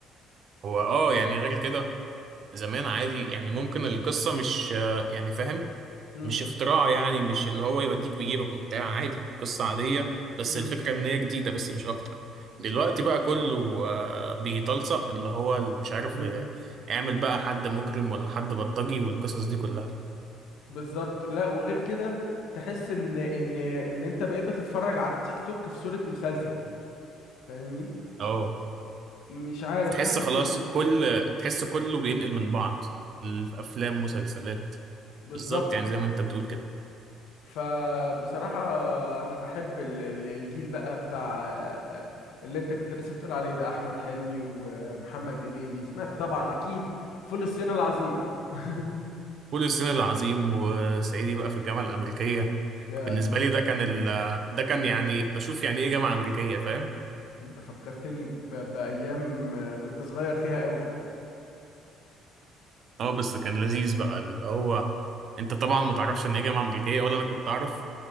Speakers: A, on the right (about 40°); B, on the left (about 75°).
A: هو اه يعني غير كده زمان عادي يعني ممكن القصة مش آه، يعني فاهم
B: امم
A: مش اختراع يعني مش اللي هو يوديك ويجيبك وبتاع عادي قصة عادية بس
B: امم
A: الفكرة ان هي جديدة بس مش اكتر دلوقتي بقى كله آه، بيتلصق اللي هو ال- مش عارف
B: امم
A: آه، اعمل بقى حد مجرم ولا حد بلطجي والقصص دي كلها
B: بالظبط لا وغير كده تحس ان ان ان انت بقيت بتتفرج على التيك توك في صورة مسلسل فاهمني
A: اه
B: مش عارف
A: تحس
B: حاسس
A: خلاص
B: ال...
A: كل
B: مم.
A: تحس كله بينقل من بعض الافلام مسلسلات
B: بالظبط
A: بالظبط يعني زي ما انت بتقول كده
B: فبصراحة أنا بحب ال- ال- الجيل بقى بتاع آه، اللي أنت كنت لسه بتقول عليه ده أحمد حلمي ومحمد هنيدي سمعت طبعا أكيد فول الصين العظيم <laughs>
A: فول الصين العظيم وصعيدي بقى في الجامعة الأمريكية
B: يا
A: بالنسبة لي ده كان ال... ده كان يعني بشوف يعني ايه جامعة أمريكية فاهم
B: أنت فكرتني ب- بأيام آه، كنت صغير فيها قوي
A: اه بس كان لذيذ بقى اللي هو انت طبعا ما تعرفش ان هي جامعه امريكيه ولا انا كنت اعرف